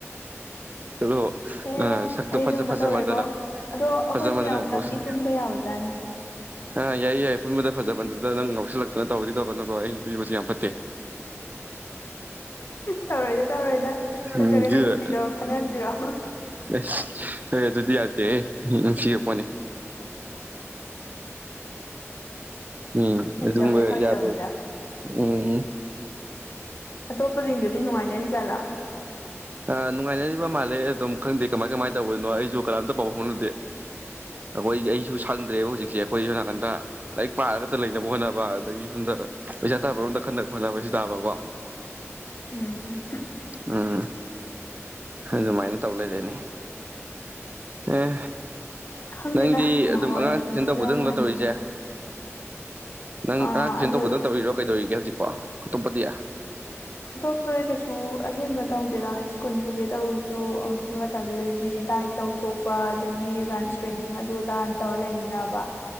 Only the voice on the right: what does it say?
ꯍꯂꯣ
ꯁꯛꯇꯣ
ꯐꯖ
ꯐꯖ
ꯃꯥꯟꯗꯅ
ꯈꯖꯅꯧꯁ
ꯑ ꯌꯥꯏ ꯌꯥꯏ ꯄꯨ ꯐꯖꯕꯟꯗꯨꯗ ꯅꯪ ꯉꯎꯁꯤꯜꯂꯛꯇꯅ ꯇꯧꯕꯗꯤ ꯇꯧꯒꯅꯨꯀꯣ ꯑꯩꯅ ꯄꯤꯕꯁꯨ ꯌꯥꯝ ꯐꯠꯇꯦ
ꯝ
ꯑꯗꯨ
ꯑꯦꯁ ꯍꯣꯏ ꯑꯗꯨꯗꯤ ꯌꯥꯗꯦꯍꯦ ꯃꯤ ꯅꯨꯡꯁꯤꯔꯄꯣꯅꯦ ꯎꯝ
ꯑꯗꯨꯒꯨꯝꯕ
ꯌꯥ
ꯎꯝ
ꯑ ꯅꯨꯡꯉꯥꯏꯅꯔꯤꯕ ꯃꯥꯜꯂꯦ ꯑꯗꯨꯝ ꯈꯪꯗꯦ ꯀꯃꯥꯏ ꯀꯃꯥꯏ ꯇꯧꯕꯅꯣ ꯑꯩꯁꯨ ꯀꯅꯥꯝꯇ ꯄꯥꯎ ꯐꯥꯎꯅꯗꯦ ꯑꯩꯈꯣꯏ ꯑꯩꯁꯨ ꯁꯪꯗ꯭ꯔꯦꯕ ꯍꯧꯖꯤꯛꯁꯦ ꯑꯩꯈꯣꯏ ꯁꯣ ꯅꯥꯀꯟꯗ ꯂꯥꯏꯔꯤꯛ ꯄꯥꯔꯒ ꯂꯩꯅꯕ ꯍꯣꯠꯅꯕ ꯑꯗꯒꯤ ꯁꯣꯝꯗ ꯄꯩꯁꯥ ꯇꯥꯕꯔꯣꯝꯗ ꯈꯟꯅ ꯈꯣꯠꯅꯕꯁꯨ ꯇꯥꯕꯀꯣ
ꯎꯝ ꯑꯗꯨꯃꯥꯏꯅ ꯇꯧ ꯂꯩꯔꯦꯅꯦ ꯑꯦ
ꯅꯪꯗꯤ
ꯑꯗꯨꯝ ꯑꯉꯥꯡ ꯇꯨꯏꯁꯟ
ꯇꯧꯕꯗꯧꯒ
ꯇꯧꯔꯤꯁꯦ ꯅꯪ
ꯑꯉꯥꯡ ꯇꯨꯏꯁꯟ
ꯇꯧꯕꯗꯝ ꯇꯧꯔꯤꯔꯣ ꯀꯩꯗꯧꯔꯤꯒꯦ ꯍꯧꯖꯤꯛꯀꯣ ꯑꯇꯣꯞꯄꯗꯤ